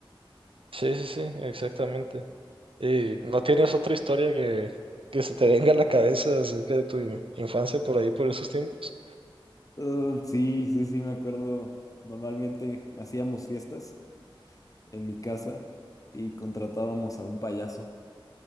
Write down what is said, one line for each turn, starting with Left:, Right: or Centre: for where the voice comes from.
Right: Sí, sí, sí, exactamente. ¿Y no tienes otra historia que, que se te venga a la cabeza acerca de tu infancia por ahí, por esos tiempos?
Left: Uh, sí, sí, sí, me acuerdo. Normalmente hacíamos fiestas en mi casa y contratábamos a un payaso.